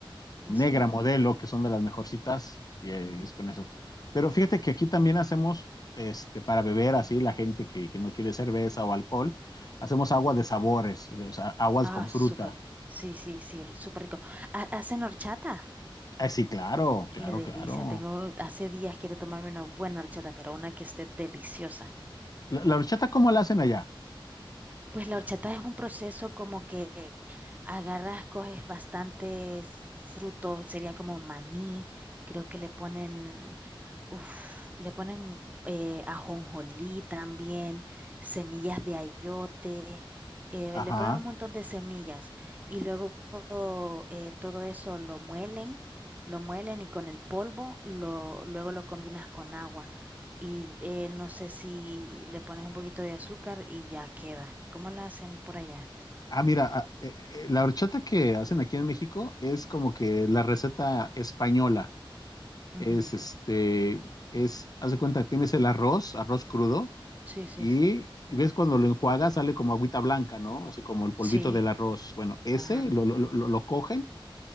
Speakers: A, on the right; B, on the left.
A: Ah,
B: Negra
A: sí.
B: Modelo, que son de las mejorcitas, y eh,
A: Ujú.
B: es con eso. Pero fíjate que aquí también hacemos este, para beber así la gente que, que no quiere cerveza o alcohol, hacemos agua de sabores, de o sea, aguas
A: Ah,
B: con fruta.
A: súper. Sí, sí, sí, súper rico. ¿Ha- ¿Hacen horchata?
B: Ah, sí, claro,
A: Qué
B: claro,
A: delicia.
B: claro.
A: Tengo, hace días quiero tomarme una buena horchata, pero una que esté deliciosa.
B: La, la horchata, ¿cómo la hacen allá?
A: Pues la horchata es un proceso como que agarras, coges bastantes frutos, sería como maní, creo que le ponen Uf, le ponen eh, ajonjolí también, semillas de ayote, eh,
B: Ajá.
A: le ponen un montón de semillas y luego eh, todo eso lo muelen, lo muelen y con el polvo lo, luego lo combinas con agua y eh, no sé si le pones un poquito de azúcar y ya queda. ¿Cómo la hacen por allá?
B: Ah, mira, ah, eh, eh, la horchata que hacen aquí en México es como que la receta española.
A: Ujú.
B: Es este, es, haz de cuenta, tienes el arroz, arroz crudo,
A: Sí, sí,
B: y,
A: sí.
B: y ves cuando lo enjuagas sale como agüita blanca, ¿no? Así como el polvito
A: Sí.
B: del arroz. Bueno, ese
A: Ajá.
B: lo, lo, lo- lo cogen